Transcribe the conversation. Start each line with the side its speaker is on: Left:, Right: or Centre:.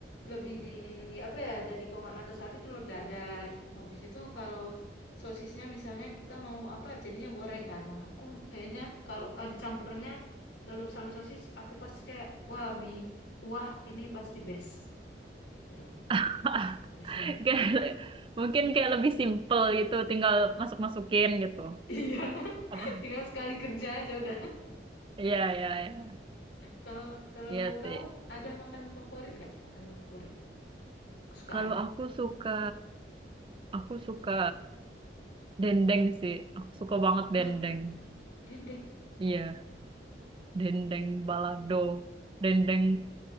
Left: lebih di apa ya jadi kalau nggak mata sapi telur dadar habis itu kalau sosisnya misalnya kita mau apa jadinya goreng kan nah aku kayaknya kalau ada campurannya telur sama sosis aku pasti kayak wah mie kuah ini pasti best itu
Right: <laughs>
Left: best banget
Right: Kayak-
Left: Ah,
Right: Mungkin kayak lebih simple gitu, tinggal masuk-masukin gitu.
Left: iya <laughs>
Right: Apa?
Left: tinggal sekali kerja aja udah
Right: Iya, iya, iya.
Left: kalau kalau
Right: Iya
Left: kamu
Right: sih.
Left: ada makan favorit nggak makan favorit kesukaan
Right: Kalau aku suka Aku suka dendeng sih. Aku suka banget
Left: hah
Right: dendeng.
Left: dendeng
Right: Iya, dendeng balado, dendeng